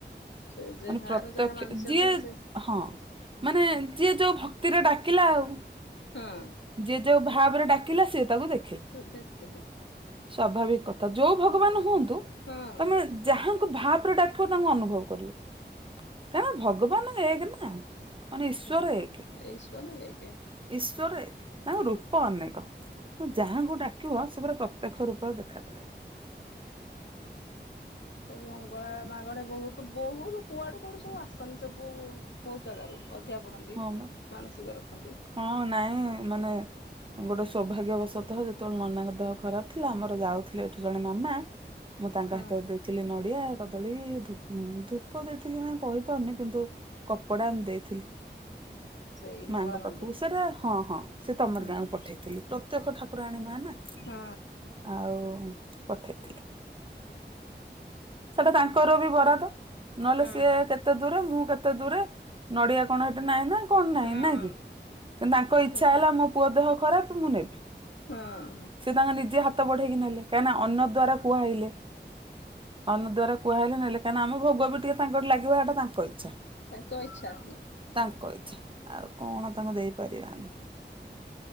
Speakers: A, on the left; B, on the right.
A: ସେ ଯାହାର
B: ପ୍ରତ୍ୟକ୍ଷ
A: ଯାହା ମାନସିକ
B: ଯିଏ
A: ଥିବ ସେ
B: ହଁ ମାନେ ଯିଏ ଯୋଉ ଭକ୍ତିରେ ଡାକିଲା ଆଉ।
A: ହଁ।
B: ଯିଏ ଯୋଉ ଭାବରେ ଡାକିଲା ସିଏ ତାକୁ ଦେ
A: ସ ଦେଖିଲେ।
B: ସ୍ୱାଭାବିକ କଥା ଯୋଉ ଭଗବାନ ହୁଅନ୍ତୁ
A: ହଁ
B: ତମେ ଯାହା ତାକୁ ଭାବ ରେ ଡାକିବ ତାଙ୍କୁ ଅନୁଭବ କରିବ କାହିଁକ ଭଗବାନ ଏକେ ନା? ମାନେ ଈଶ୍ୱର
A: ହୁଁ
B: ଏକ
A: ଈଶ୍ୱର ଏକେ।
B: ଈଶ୍ୱର ଏକ। ତାଙ୍କ ରୂପ ଅନେକ ତ ଯାହାଙ୍କୁ ଡାକିବ ସେ ପୁରା ପ୍ରତ୍ୟକ୍ଷ ରୂପରେ ଦେଖାଦେବେ।
A: ସବୁ ମଙ୍ଗଳା ମାଗଡେ ବହୁତ ବହୁତ କୁଆଡୁ କୁଆଡୁ ସବୁ ଆସନ୍ତି ସବୁ ବହୁତ ଜାଗାରୁ ଅଧିଆ ପଡନ୍ତି
B: ହଁ ବା
A: ମାନସିକ ରଖନ୍ତି।
B: ହଁ ନାଇଁ ମାନେ ଗୋଟେ ସୌଭାଗ୍ୟବଶତଃ ଯେତେବେଳେ ନନାଙ୍କ ଦେହ ଖରାପ ଥିଲା ଆମର ଯାଉଥିଲେ ଏଠୁ ଜଣେ ମାମା ମୁଁ ତାଙ୍କ
A: ହଁ
B: ହାତରେ ଦେଇଥିଲି ନଡିଆ କଦଳୀ ଧୂ ଧୂପ ଦେଇଥିଲି ନାଇଁ କହିପାରୁନି କିନ୍ତୁ କପଡା ଏମିତି ଦେଇଥିଲି।
A: ସେଇ
B: ମାଙ୍କ
A: ମଙ୍ଗଳା ମାଙ୍କୁ
B: ପାଖକୁ ସେରା ହଁ ହଁ ସେ ତମରି
A: ହଁ
B: ଗାଁକୁ ପଠେଇଥିଲି ପ୍ରତ୍ୟକ୍ଷ ଠାକୁରା ଆଣୀ ମା ନା?
A: ହୁଁ।
B: ଆଉ ପଠେଇଥିଲି। ସେଟା ତାଙ୍କର ବି ବରାଦ ନହେଲେ
A: ହଁ
B: ସିଏ କେତେ ଦୂରେ ମୁଁ କେତେ ଦୂରେ ନଡିଆ କଣ ହେଟି ନାହିଁ ନା କଣ ନାହିଁ
A: ହଁ
B: ନା
A: ହଁ
B: କି? କିନ୍ତୁ ତାଙ୍କ ଇଚ୍ଛା
A: ସେଇଟା
B: ହେଲା ମୋ ପୁଅ ଦେହ ଖରାପ ମୁଁ ନେବି।
A: ହଁ।
B: ସେ ତାଙ୍କ ନିଜେ ହାତ ବଢେଇକି ନେଲେ କାହିଁକିନା ଅନ୍ୟ ଦ୍ଵାରା କୁହାଇଲେ। ଅନ୍ୟ ଦ୍ୱାରା କୁହାଇଲେ ନେଲେ କାହିଁକିନା ଆମ ଭୋଗ ବି ଟିକେ ତାଙ୍କଠି ଲାଗିବ ଏଇଟା ତାଙ୍କ ଇଚ୍ଛା।
A: ତାଙ୍କ ଇଚ୍ଛା ନାଁ?
B: ତାଙ୍କ ଇଚ୍ଛା ଆଉ କଣ ତାଙ୍କୁ ଦେଇପାରିବା ଆମେ।